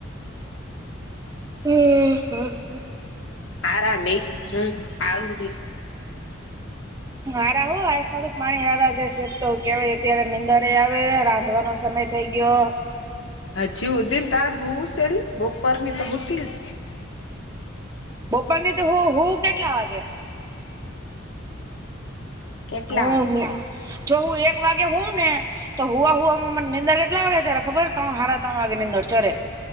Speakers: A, on the right; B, on the left.
A: હમ હમ હ. <unintelligible>
B: સારા લ આવું.
A: હાર હો આ માંથી પાણી હાર જશે તો કેવાય અત્યારે નીંદર આવે રાંધવાનો સમય. <unintelligible>
B: હ જી ઉદીન તાર હ છે બપરની તો હોતી જ
A: બપર ની તોું હું કેટલા વાગે
B: કેટલા
A: હમ
B: વાગે
A: હ જો હું એક વાગે હોઉ ને તો હુવા હુવામાં મને નીડર કેટલા વાગે ચડ ખબર ત હારડા ત્રણ વાગે નીડર ચડે